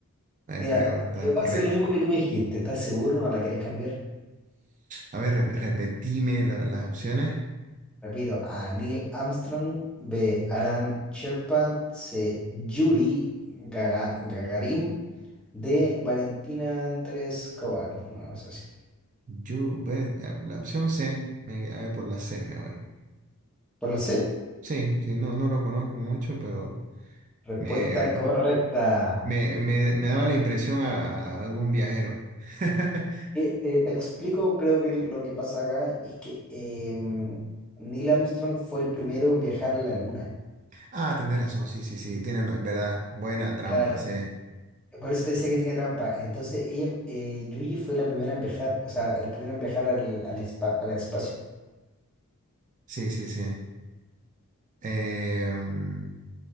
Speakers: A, on the right (about 35°); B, in the centre.
A: Eh,
B: Mira,
A: espero estar correcto.
B: va a ser lo mismo que tú me dijiste. ¿Estás seguro? ¿No la quieres cambiar?
A: A ver, re- repetime lo- las opciones.
B: Repito, A. Neil Armstrong. B. Alan Shepard. C. Yuri Gaga- Gagarin. de Valentina Andrés Kovac. No, es así.
A: Yo, bueno, la la opción C, me, a ver, por la C me voy.
B: ¿Por la C?
A: Sí, sí, no, no lo conozco mucho, pero
B: Respuesta
A: me,
B: correcta.
A: Me, me- me daba la impresión a, a algún viajero. <laughs>
B: Eh, eh, te explico, creo que lo que pasa acá es que em, Neil Armstrong fue el primero en viajar a la luna.
A: Ah, tenés razón, sí, sí, sí, tiene una, verdad, buena trampa,
B: Claro.
A: sí,
B: Por eso te decía que tenía trampa. Entonces, ella, eh, Yuji fue la primera en viajar, o sea, el primero en viajar al, al, espa- al espacio.
A: sí, sí, sí. Em,